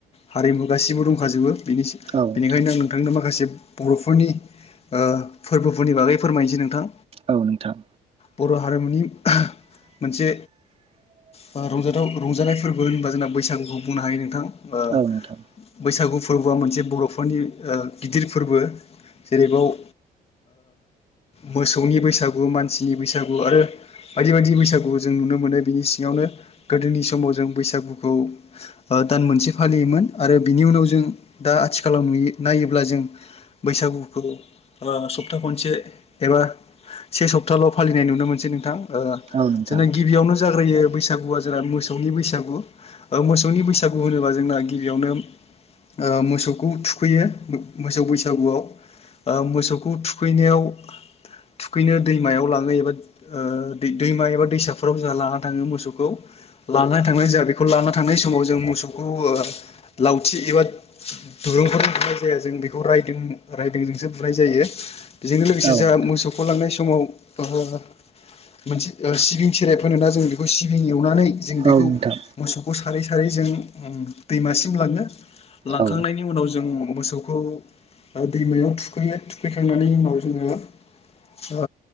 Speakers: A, on the left; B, on the right.
A: हारिमु गासिबो दंखाजोबो बिनि
B: औ नोंथां
A: बिनिखायनो आं नों माखासे बर'फोरनि ओ फोरबोफोरनि बागै फोरमायनोसै नोंथां।
B: औ नोंथां।
A: बर' हारिमुनि मोनसे बा रंजाथाव रंजानायफोरबो होनबा जोंना बैसागुखौ बुंनो हायो नोंथां। ओ
B: औ नोंथां
A: बैसागु फोरबोआ मोनसे बर'फोरनि ओ गिदिर फोरबो जेरैबाव ओ मोसौनि बैसागु मानसिनि बैसागु आरो बायदि बायदि बैसागु जों नुनो मोनो बिनि सिङावनो गोदोनि समाव जों बैसागुखौ ओ दान मोनसे फालियोमोन आरो बिनि उनाव जों दा आथिखालाव नुयो- नायोब्ला जों बैसागुखौ ओ सप्ता खनसे एबा से सप्ताल' फालिनाय नुनो मोनसै नोंथां ओ
B: औ नोंथां
A: जोंना गिबियावनो जाग्रोयो बैसा गुआ जोंना मोसौनि बैसागु ओ मोसौनि बैसागु होनोबा जोंना गिबियावनो ओ मोसौखौ थु खैयो मोसौ बैसागुआव ओ मोसौखौ थुखैनायाव थुखैनो दैमायाव लाङो एबा ओ दै दैमा एबा दैसाफोराव जोंहा लाना थाङो मोसौखौ लानानै थांनाय जा बेखौ लाना थांनाय समाव जों मोसौखौ औ लावथि एबा दुरुंफोर नाय जा जों बेखौ रायदों जोंसो बुनाय जायो बेजों लोगोसे
B: औ
A: जों
B: नोंथां
A: मोसौखौ लांनाय सम समाव ओ मोनसे सिबिं खेराइ फोनोना जों बेखौ सिबिं एवनानै जों
B: औ
A: बिखौ
B: नोंथां
A: मोसौ खौ सारै सारै जों दैमासिम लाङो लांखांनायनि
B: औ
A: उनाव जों मोसौखौ दैमायाव थुखैयो थुखैखांनायनि उनाव जोङो ओ